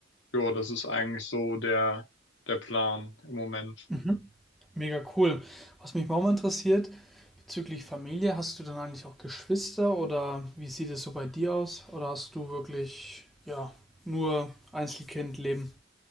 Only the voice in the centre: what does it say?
Mhm. Mega cool. Was mich auch mal interessiert, bezüglich Familie, hast du dann eigentlich auch Geschwister oder wie sieht es so bei dir aus? Oder hast du wirklich, ja, nur Einzelkindleben?